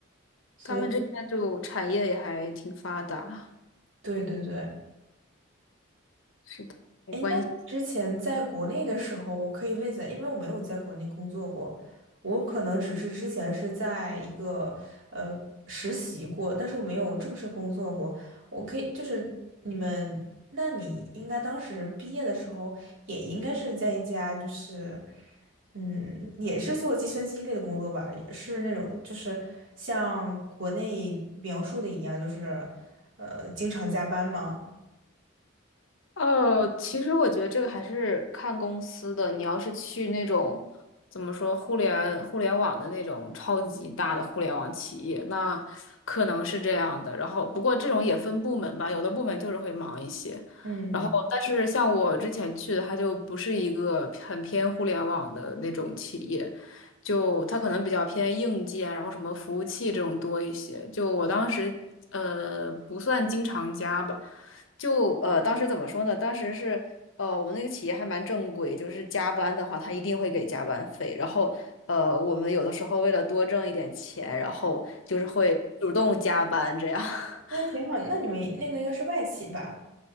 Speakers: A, on the right; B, on the left.
A: 所以，
B: 他们这边就产业也还挺发达，
A: 对对对，
B: 是的，没关系。
A: 哎，那之前在国内的时候，我可以问一下，因为我没有在国内工作过，我可能只是之前是在一个呃实习过，但是我没有正式工作过。我可以就是你们，那你应该当时毕业的时候，也应该是在一家就是嗯，也是做计算机类的工作吧，也是那种就是像国内描述的一样，就是呃经常加班吗？
B: 哦，其实我觉得这个还是看公司的。你要是去那种怎么说互联互联网的那种超级大的互联网企业，那可能是这样的。然后，不过这种也分部门吧，有的部门就是会忙一些。
A: 嗯。
B: 然后，但是像我之前去的，它就不是一个很偏互联网的那种企业，就它可能比较偏硬件，然后什么服务器这种多一些。就我当时呃不算经常加吧。就呃，当时怎么说呢？当时是呃，我们那个企业还蛮正规，就是加班的话，他一定会给加班费。然后呃，我们有的时候为了多挣一点钱，然后就是会主动加班这样。<laughs>
A: 那还挺好。那你们那个应该是外企吧？